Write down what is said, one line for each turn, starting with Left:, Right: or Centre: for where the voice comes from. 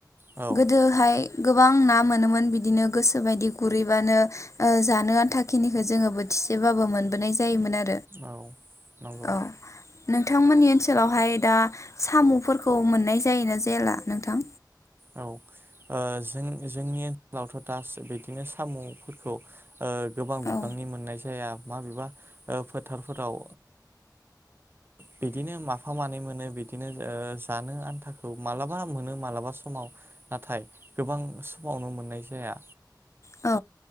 Right: औ
Left: गोदोहाय गोबां ना मोनोमोन बिदिनो गोसो बायदि गुरहैबानो अ जानो आन्थााखिनिखौ जोङो बोथिसेबाबो मोनबोनाय जायोमोन आरो
Right: औ नंगौ
Left: औ नोंथांमोननि ओनसोलावहाय दा साम'फोरखौ मोननाय जायोना जायाला नोंथां
Right: औ अ जों जोंनि ओनसोलावथ' दा बिदिनो साम'फोरखौ अं गोबां बिबांनि
Left: औ
Right: मोननाय जाया माबेबा फोथारफोराव बिदिनो माफा मानै मोनो बिदिनो अ जानो आन्थाखौ मालाबा मोनो मालाबा सम समाव नाथाय गोबां समावनो मोननाय जाया।
Left: औ